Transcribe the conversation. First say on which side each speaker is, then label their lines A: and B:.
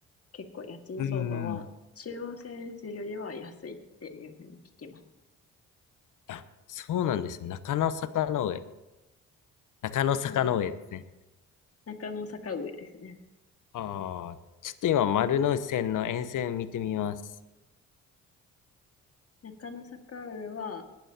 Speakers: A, on the left (about 40°); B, on the left (about 60°).
A: 結構家賃相場は中央線沿線よりは安いっていうふうに聞きます。
B: うんうん。あ、そうなんですね。中野坂の上。中野坂の上ですね。
A: うん、中野坂上ですね。
B: ああ。ちょっと今丸ノ内線の沿線見てみます。
A: 中野坂上は、